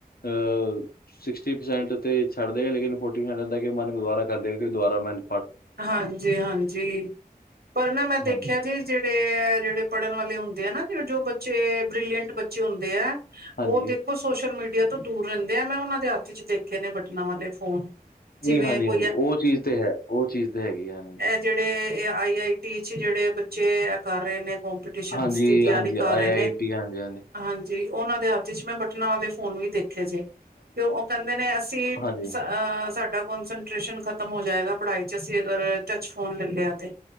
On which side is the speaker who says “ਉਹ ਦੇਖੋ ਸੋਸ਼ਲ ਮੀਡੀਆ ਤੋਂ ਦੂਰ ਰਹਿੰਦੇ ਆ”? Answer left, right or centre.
Right